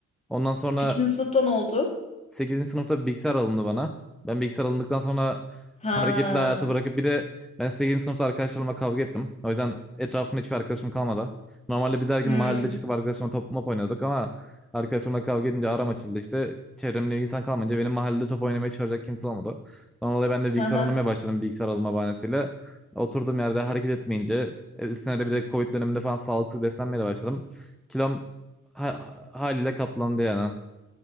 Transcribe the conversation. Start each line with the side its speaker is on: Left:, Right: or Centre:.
Centre: Ondan sonra
Left: Sekizinci sınıftan oldu.
Centre: sekizinci sınıfta bilgisayar alındı bana. Ben bilgisayar alındıktan sonra
Left: Ha.
Centre: hareketli hayatı bırakıp bir de ben sekizinci sınıfta arkadaşlarımla kavga ettim. O yüzden etrafımda hiçbir arkadaşım kalmadı. Normalde biz her gün
Left: Hmm.
Centre: mahallede çıkıp arkadaşlarımla top mop oynuyorduk ama arkadaşlarımla kavga edince aram açıldı işte. Çevremde insan kalmayınca benim mahallede top oynamaya çağıracak kimse olmadı. Ondan dolayı ben de bilgisayar
Left: Ha
Centre: oynamaya başladım bilgisayar alma bahanesiyle. Oturduğum yerde hareket etmeyince e, üstüne de bir de Covid döneminde falan sağlıksız beslenmeye de başladım. Kilom ha- haliyle katlandı yani.